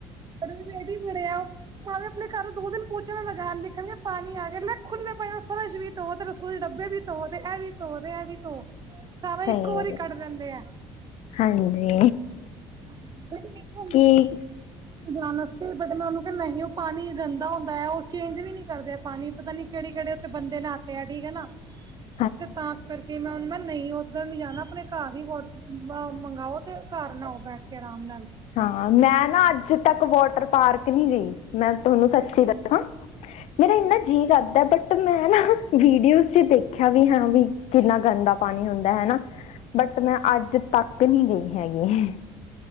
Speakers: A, on the right; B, on the left.
A: ਅ ਰੜ ਬੜਿਆ <unintelligible> ਭਾਵੇਂ ਆਪਣੇ ਘਰ ਦੋ ਦਿਨ ਪੋਚਨਾ ਲਗਾਨ ਦੇਖਣ ਪਾਣੀ ਆ ਕੇ ਲੈ ਖੁੇ ਪੈ ਫਰਸ਼ ਵੀੋ ਧੋਤੇ ਰਸੋਈ ਦੇ ਡੱਬੇ ਵੀ ਧੋ ਦੇ ਇਹ ਵੀ ਧੋ ਦੇ ਐ ਵੀ ਧੋ ਸਾਰਾ
B: ਸਹੀ
A: ਇੱਕੋ ਵਾਰੀ
B: ਗੱਲ ਹੈ।
A: ਕੱਢ ਲੈਂਦੇ ਆ
B: ਹਾਂਜੀ
A: ਹਾਂਜੀ <inaudible>
B: ਕੀ <inaudible>
A: ਜਾਣ ਵਾਤੇ ਬਟ ਮੈਂ ਉਹਨੂੰ ਕਿਹਾ ਨਹੀਂ ਉਹ ਪਾਣੀ ਗੰਦਾ ਹੁੰਦਾ ਹੈ ਉਹ ਚੇਂਜ ਵੀ ਨਹੀਂ, ਕਰਦੇ ਆ ਪਾਣੀ ਪਤਾ ਨੀ ਕਿਹੜੇ ਕਿਹੜੇ ਉੱਥੇ ਬੰਦੇ ਨਾਤੇ ਆ ਠੀਕ ਹੈ ਨਾ,
B: <unintelligible>
A: ਤੇ ਤਾਂ ਕਰਕੇ ਮੈਂਮ ਨਹੀਂ, ਉਧਰ ਮ ਜਾਣਾ ਆਪਣੇ ਘਰ ਹੀ ਵ ਮੰਗਵਾਓ, ਤੇ ਘਰ ਨਾਓ ਬੈਠ ਕੇ ਆਰਾਮ ਨਾਲ
B: ਹਾਂ ਮੈਂ ਨਾ ਅੱਜ ਤੱਕ ਵੋਟਰ ਪਾਰਕ ਨਹੀਂ ਗਈ ਮੈਂ ਤੁਹਾਨੂੰ ਸੱਚੀ ਦੱਸਾਂ। ਮੇਰਾ ਇੰਨਾ ਜੀਅ ਕਰਦਾ ਬਟ ਮੈਂ ਨਾ ਵੀਡੀਓਜ਼ ਚ ਦੇਖ। ਦੇਖਿਆ ਵੀ ਹੈ ਵੀ ਕਿੰਨਾ ਗੰਦਾ ਪਾਣੀ ਹੁੰਦਾ ਹਨਾ ਬਟ ਮੈਂ ਅੱਜ ਤੱਕ ਨਹੀਂ ਗਈ ਹੈਗੀ।